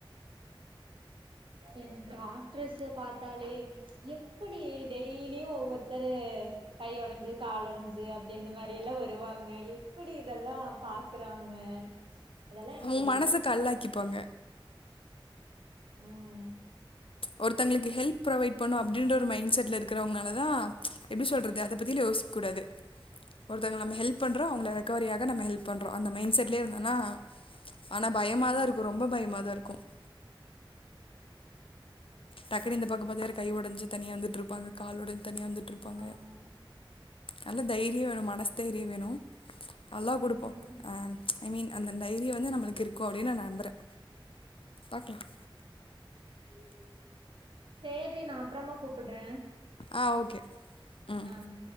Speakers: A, on the right (about 65°); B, on the left (about 80°).
A: எனக்கு டாக்டரஸ் பாத்தாலே எப்டி டெய்லியும் ஒவ்வொருத்தரு கைய உடைஞ்சு கால் உடைஞ்சு அப்டி இந்த மாரி எல்லா வருவாங்க எப்புடி இதெல்லா பாக்குறாங்க அதெல்லா எனக்கு
B: ஊ
A: ஒரு
B: மனச
A: இது
B: கல்லாக்கிப்பாங்க
A: ம்
B: ஒருத்தவங்களுக்கு ஹெல்ப் ப்ரொவைட் பண்ணோம் அப்படின்ற ஒரு மைண்ட் செட்ல இருக்கிறவங்களால தான் எப்படி சொல்றது அதை பத்தியிலும் யோசிக் கூடாது ஒருத்தங்க நம்ம ஹெல்ப் பண்றோம் அவங்கள ரெக்கவரியாக நம்ம ஹெல்ப் பண்றோம் அந்த மைண்ட் செட்லயே இருந்தோன்னா ஆனா பயமாதான்
A: ம்
B: இருக்கும் ரொம்ப பயமாதான் இருக்கும் <inaudible> டக்குன இந்த பக்க பாத்த யா கை உடஞ்சு தனியா வந்துட்டு இருப்பாங்க கால் உடஞ்சு தனியா வந்துட்டு இருப்பாங்க
A: ஆமா
B: நல்லது தைரியம் வேணும் மனசு தைரியம் வேணும் அல்லா கொடுப்போம்ஹ
A: ம்
B: ஐ மீன் அந்தந்த டைரிய வந்து நம்மளுக்கு இருக்கும் அப்படின்னு நான் நம்புறேன் பாக்கலாம்
A: <inaudible> சேரி நான் அப்புறமா கூப்பிடுறேன்
B: ஆ ஓகே ம்
A: ஆஹ்